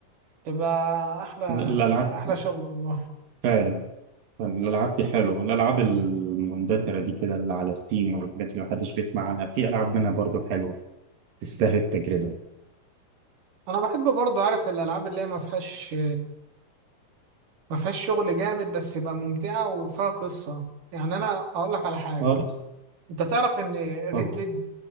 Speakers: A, on the right; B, on the right.
A: تبقى أحلى
B: الالعاب
A: احلى شغل والله
B: فعلا يعني الالعاب دي حلوه الالعاب المندثره دي كده اللي على ستيم والحاجات اللي محدش بيسمع عنها في العاب منها برضو حلوه تستاهل التجربه
A: انا بحب برضه عارف الالعاب اللي هي ما فيهاش ما فيهاش شغل جامد بس يبقى ممتعه وفيها قصه يعني انا اقول لك على حاجه
B: اه لا
A: انت تعرف ان ريد
B: اتفضل
A: ديد